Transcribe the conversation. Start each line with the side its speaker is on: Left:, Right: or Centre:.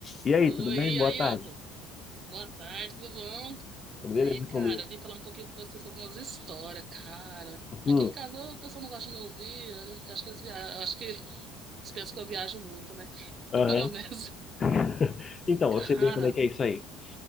Left: E aí,
Right: Oi,
Left: tudo bem? Boa
Right: aí,
Left: tarde.
Right: Elton. Boa tarde, tudo bom?
Left: Tudo beleza
Right: E aí, cara,
Left: comigo?
Right: eu vim falar um pouquinho com você sobre umas histórias, cara.
Left: Hum,
Right: Aqui em casa o pessoal não gosta de me ouvir, eu acho que eles viajam, eu acho que eles pensam que eu viajo muito, né? <laughs>
Left: aham.
Right: Maionese.
Left: <laughs> Então,
Right: Cara,
Left: eu sei bem como é que é isso aí. <coughs>